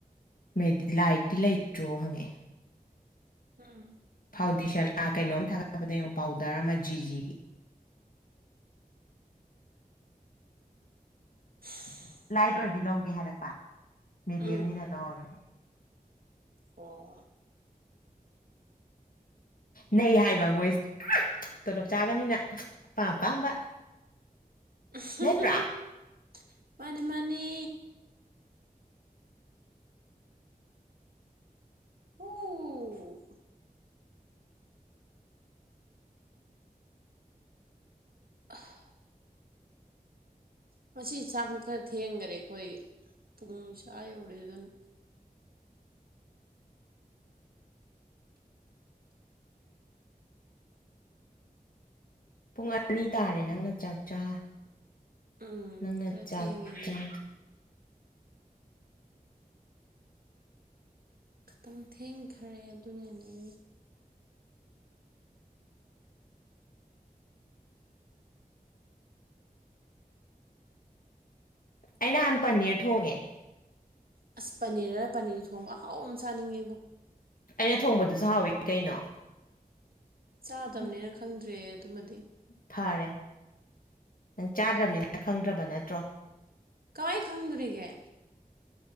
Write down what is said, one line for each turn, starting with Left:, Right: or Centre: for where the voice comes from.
Left: ꯃꯦꯗ ꯂꯥꯏꯠꯇꯤ ꯂꯩꯇ꯭ꯔꯣ ꯍꯪꯉꯛꯑꯦ
Right: ꯍꯝ
Left: ꯐꯥꯎꯗꯦꯁꯟ ꯑꯥ ꯀꯩꯅꯣꯝ ꯊꯥꯒꯠꯄꯗ ꯌꯦꯡꯉꯣ ꯄꯥꯎꯗꯔ ꯑꯃ ꯖꯤꯖꯤꯒꯤ
Right: <unintelligible>
Left: ꯂꯥꯏꯠ ꯑꯣꯏꯔꯗꯤ ꯂꯧꯒꯦ ꯍꯥꯏꯔꯛꯄ ꯃꯦꯗꯤꯌꯝꯅꯤꯅ
Right: ꯎꯝ
Left: ꯂꯧꯔꯔꯣꯏ ꯍꯥꯏ
Right: ꯑꯣ
Left: ꯅꯩ ꯍꯥꯏꯕ ꯃꯣꯏꯁꯦ ꯑꯥ ꯇꯣꯂꯣꯞ ꯆꯥꯕꯅꯤꯅ ꯑꯄꯥꯝ ꯑꯄꯥꯝꯕ
Right: <unintelligible>
Left: ꯅꯠꯇ꯭ꯔꯥ
Right: ꯃꯥꯅꯤ ꯃꯥꯅꯤ ꯍꯨ ꯑ <unintelligible> ꯉꯁꯤ ꯆꯥꯛꯁꯤ ꯈꯔ ꯊꯦꯡꯈꯔꯦ ꯑꯩꯈꯣꯏ ꯄꯨꯡ ꯆꯥ ꯌꯧꯔꯦ ꯑꯗꯨꯅ
Left: ꯄꯨꯡ ꯑꯔꯤ ꯇꯥꯔꯦ ꯅꯪꯅ ꯆꯥꯛ ꯆ
Right: ꯎꯝ
Left: ꯅꯪꯅ
Right: ꯈꯔ
Left: ꯆꯥꯛ
Right: ꯊꯦꯡꯉꯦ ꯑꯗꯨꯅ
Left: ꯆ
Right: ꯈꯤꯇꯪ ꯊꯦꯡꯈꯔꯦ ꯑꯗꯨꯅꯅꯦ
Left: ꯑꯩ ꯅꯍꯥꯟ ꯄꯅꯤꯔ ꯊꯣꯡꯉꯦ
Right: ꯑꯁ ꯄꯅꯤꯔꯔ ꯄꯅꯤꯔ ꯊꯣꯡꯕ ꯑꯍꯥꯎ ꯑꯃ ꯆꯥꯅꯤꯡꯉꯦꯕꯣ
Left: ꯑꯩꯅ ꯊꯣꯡꯕꯗꯨꯁꯨ ꯍꯥꯎꯋꯤ ꯀꯩꯅꯣ
Right: ꯆꯥꯗꯕꯅꯦꯅ
Left: ꯍꯨꯝ
Right: ꯈꯪꯗ꯭ꯔꯦ ꯑꯗꯨꯃꯗꯤ
Left: ꯐꯔꯦ ꯅꯪ ꯆꯥꯗ꯭ꯔꯕꯅꯤꯅ ꯈꯪꯗ꯭ꯔꯕ ꯅꯠꯇ꯭ꯔꯣ
Right: ꯀꯃꯥꯏ ꯈꯪꯗꯣꯔꯤꯒꯦ